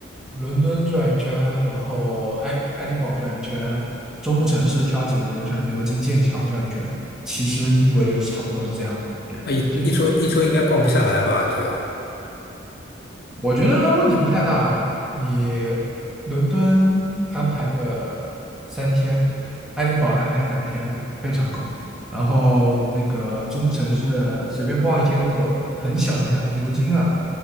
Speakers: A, in the centre; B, on the left (about 55°).
A: 伦敦转一圈，然后爱爱丁堡转一圈，中部城市挑几个，比如像牛津、剑桥转一圈。其实英国就差不多是这样了。对，
B: 那一一周一周应该逛不下来吧？
A: 就
B: 这样。
A: 我觉得问题不太大。啊，你伦敦安排个三天，爱丁堡安排两天，非常够。然后那个中部城市随便逛一天就够了，很小很小。牛津啊，